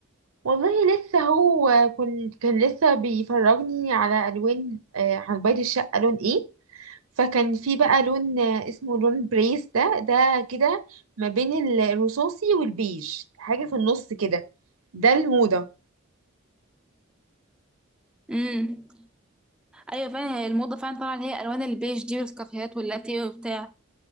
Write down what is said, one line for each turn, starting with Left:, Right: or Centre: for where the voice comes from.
Right: والله لسه هو كن كان لسه بيفرجني على الوان آه عن بيت الشقه لون ايه فكان في بقى لون آه اسمه لون بريس ده ده كده ما بين الرصاصي والبيج حاجه في النص كده ده الموضه
Centre: امم ايوه فعلا هي الموضة فعلا طالعة اللي هي الوان البيج دي والكافيهات واللاتيه وبتاع